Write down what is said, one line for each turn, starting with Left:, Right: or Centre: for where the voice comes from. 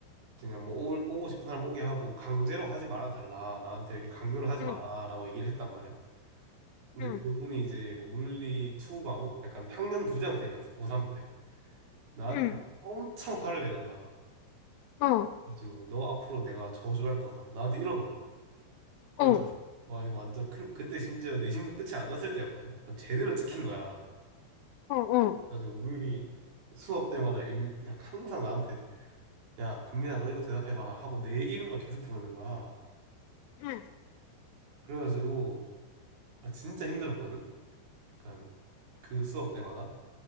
Right: 그냥 뭐 오, 오고 싶은 사람 오게 하고 강제로 하지 말아 달라 나한테 이렇게 강요를 하지
Left: 응.
Right: 마라라고 얘기를 했단 말이야. 근데
Left: 응.
Right: 그분이 이제 물리 2 과목 약간 학년 부장쌤이었어 고3 때 나한테
Left: 응.
Right: 엄청 화를 내는 거야.
Left: 어, 어,
Right: 그래가지고 너 앞으로 내가 저주할 거다 나한테 이러는 거야. 그래가지고
Left: 어,
Right: 와 이거 완전 큰 그때 심지어 내신도 끝이 안 났을 때였거든. 완전 제대로 찍힌 거야.
Left: 어,
Right: 그래가지고 물리 수업 때마다 일- 그냥 항상 나한테 야 금민아 너 이거 대답해봐라 하고 내 이름만 계속 부르는 거야.
Left: 응,
Right: 그래가지고 아, 진짜 힘들었거든? 약간 그 수업 때마다.